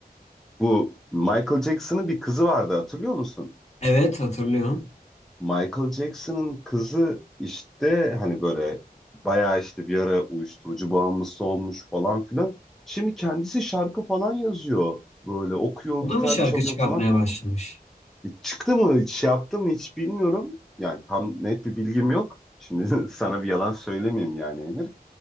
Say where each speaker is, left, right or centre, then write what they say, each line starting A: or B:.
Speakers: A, in the centre; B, on the left.
A: bu Michael Jackson'ın bir kızı vardı hatırlıyor musun?
B: Evet hatırlıyorum.
A: Michael Jackson'ın kızı işte hani böyle bayağı işte bir ara uyuşturucu bağımlısı olmuş falan filan. Şimdi kendisi şarkı falan yazıyor. Böyle okuyor,
B: O
A: gitar
B: da mı şarkı
A: çalıyor
B: çıkartmaya
A: falan.
B: başlamış?
A: Çıktı mı, hiç şey yaptı mı hiç bilmiyorum. Yani tam net bir bilgim yok. Şimdi <laughs> sana bir yalan söylemeyeyim yani Emir.